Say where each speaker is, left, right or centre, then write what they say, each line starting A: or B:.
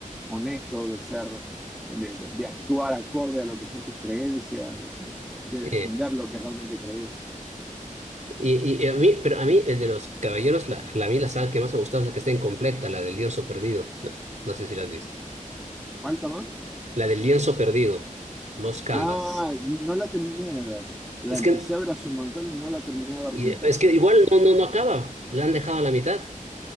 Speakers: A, in the centre; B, on the right.
A: honesto, de ser, de, de- de actuar acorde a lo que son tus creencias, de, de- de
B: Eh,
A: defender lo que realmente crees.
B: y, y- y a mí, pero a mí, el de los caballeros, la, la, a mí la saga que más me gustaba es la que está incompleta, la del lienzo perdido. No, no sé si la has visto.
A: ¿Cuál, perdón?
B: La del lienzo perdido, los canvas.
A: Ah, no la terminé de ver. La
B: Es
A: empecé
B: que,
A: a ver hace un montón y no la terminé de ver
B: y-
A: nunca
B: es
A: realmente.
B: que igual no, no, no acaba, la han dejado a la mitad.